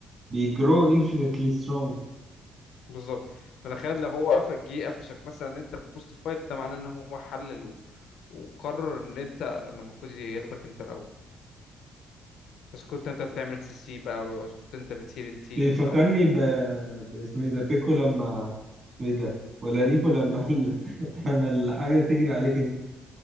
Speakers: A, on the right (about 45°); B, on the left (about 80°).
A: بيجرو انفينيتلي سترونج
B: بالظبط فتخيل لو هو قفش جه قفشك مثلا ان انت في وسط فايت ده معناه ان هو حلل و... وقرر ان انت اللي المفروض ياخدك انت الاول بس كنت انت بتعمل سي سي بقى او إذا كنت انت بتشيل التيم
A: بيفكرني
B: او
A: ب باسمه ايه ده بيكو لما اسمه ايه ده ولا ريكو لما ال... <laughs> لما الحاجه تجري عليك انت